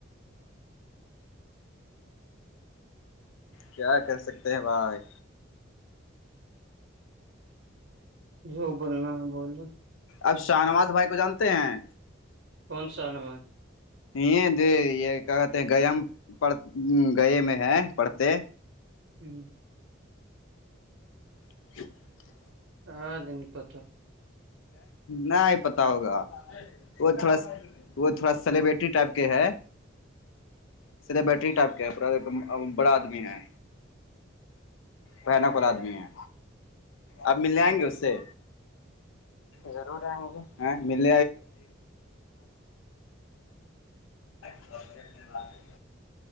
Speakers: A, on the left; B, on the right.
A: کیا کر سکتے ہیں بھائی
B: جو بولنا ہے بول
A: اب شاہ نواز بھائی کو جانتے ہیں
B: کون سا آ نما
A: یہ د یہ کیا کہتے ہیں گیا پڑ گئے میں ہے پڑھتے
B: ہوں
A: <inaudible>
B: ہاں جن تو
A: نہ ہی پتا ہوگا وہ تھوڑا وہ تھوڑا سلیبریٹی ٹائپ کے ہے صھے بیٹری ٹائپ ایک بڑا آدمی ہے بانک والا آدمی ہے اب مل جائیں گے اس سے ضرور آئیں گے ہاں مل توتنے لگے